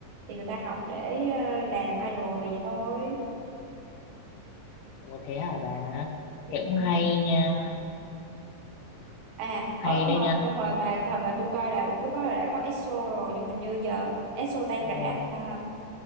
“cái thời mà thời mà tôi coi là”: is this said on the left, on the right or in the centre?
Right